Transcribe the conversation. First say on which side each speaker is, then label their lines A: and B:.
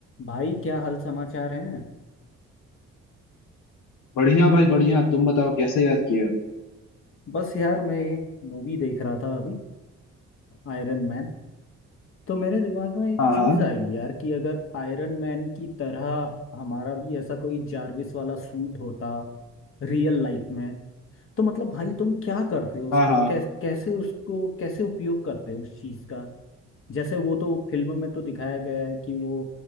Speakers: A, on the left; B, on the left.
A: भाई क्या हाल समाचार हैं
B: बढ़िया भाई बढ़िया तुम बताओ कैसे याद किया
A: बस यार मैं एक मूवी देख रहा था अभी Iron man तो मेरे दिमाग में एक
B: हाँ
A: चीज
B: हाँ
A: आई यार कि अगर आयरन मैन की तरह हमारा भी ऐसा कोई जारविस वाला सूट होता रियल लाइफ में तो मतलब भाई तुम क्या करते हो उसका
B: हाँ हाँ
A: कैस, कैसे उसको कैसे उपयोग करते हो उस चीज का जैसे वो तो फिल्म में तो दिखाया गया है कि वो